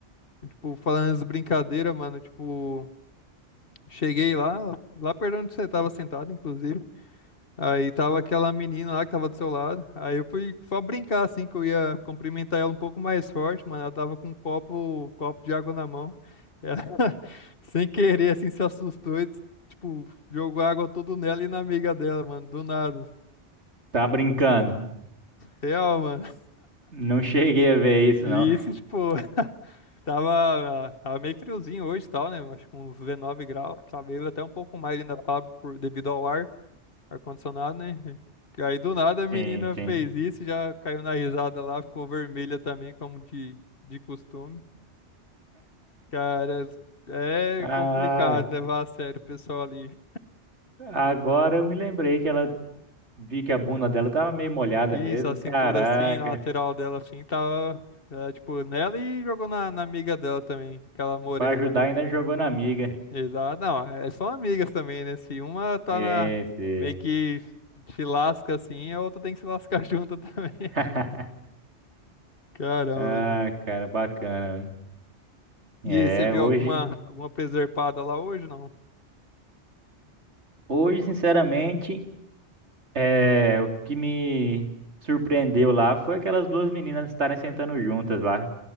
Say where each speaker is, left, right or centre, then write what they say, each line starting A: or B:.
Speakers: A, on the left; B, on the right.
A: E, Tipo, falando as brincadeiras, mano, tipo, cheguei lá, lá perto onde você tava sentado, inclusive. Aí tava aquela menina lá que tava do seu lado. Aí eu fui só brincar, assim, que eu ia cumprimentar ela um pouco mais forte, mano. Ela tava com um copo, copo de água na mão. Ela, <laughs> sem querer, assim, se assustou e, tipo, jogou água tudo nela e na amiga dela, mano, do nada.
B: Tá brincando?
A: Real, mano.
B: Não cheguei a ver isso,
A: E
B: não.
A: isso, tipo, <laughs> Tava, tava meio friozinho hoje e tal, né? Acho que uns 19 graus, talvez até um pouco mais ainda tava por, devido ao ar, ar-condicionado, né? Que aí do nada a menina
B: Sim, sim.
A: fez isso, já caiu na risada lá, ficou vermelha também, como de, de costume. Cara, é
B: Ah,
A: complicado levar a sério o pessoal ali.
B: agora eu me lembrei que ela vi que a bunda dela tava meio molhada
A: Isso,
B: mesmo.
A: a cintura
B: Caraca.
A: assim, na lateral dela assim, tava, é, tipo, nela e jogou na, na amiga dela também, aquela morena.
B: Pra ajudar, ainda jogou na amiga.
A: Exato. Não, é, são amigas também, né? Se uma tá
B: Sim,
A: na...
B: sim.
A: meio que se lasca assim, a outra tem que se lascar <laughs> junto também.
B: <laughs>
A: Caramba,
B: Ah,
A: mano.
B: cara, bacana, hein? É,
A: E aí, você viu
B: hoje,
A: alguma, alguma preservada lá hoje, não?
B: hoje, sinceramente, é, o que me surpreendeu lá foi aquelas duas meninas estarem sentando juntas lá,